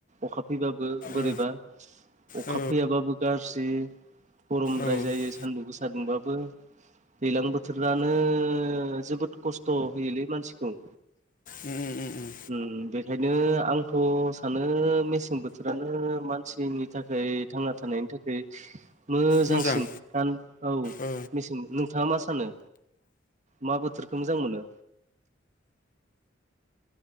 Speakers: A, on the right (about 40°); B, on the left (about 45°).
A: अखा फैबाबो बोरैबा
B: ओ
A: अखा
B: औ
A: फैयाबाबो गाज्रि गरमद्राय
B: औ उम
A: जायो सान्दुं गोसा दुंबाबो। दैलां बोथोरानो जोबोद खस्थ' होयोलै मानसिखौ।
B: उम उम उम उम।
A: उम उम बेखायनो आंथ' सानो मेसें बोथोरानो मानसिनि थाखाय थांना थानायनि थाखाय मोजांसिन।
B: मोजां
A: दान औ
B: ओ
A: मेसें नोंथाङा मा सानो मा बोथोरखौ मोजां मोनो?